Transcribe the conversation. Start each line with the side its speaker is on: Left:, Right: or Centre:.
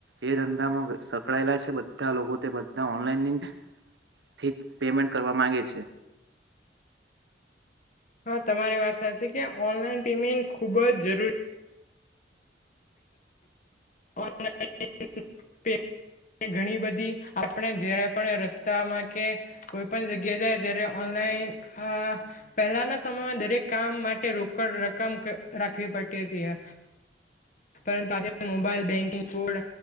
Right: જે ધંધામાં સંકળાયેલા છે બધા લોકો તે બધા ઓનલાઈન થી પેમેન્ટ કરવા માંગે છે.
Left: હા તમારી વાત સાચી કે ઓનલાઈન પેમેન્ટ ખુબ જ જરૂરી ઓનલાન <unintelligible> ઘણી બધી આપણે જયારે પણ રસ્તામાં કે કોઈ પણ જગ્યા જાય ત્યારેન પહેલાના સમયમાં દરેક કામ માટે રોકડ રકમ રાખવી પડતી જયા <unintelligible> પરંતુ આજે મોબાઈલ બેન્કિંગ કોડ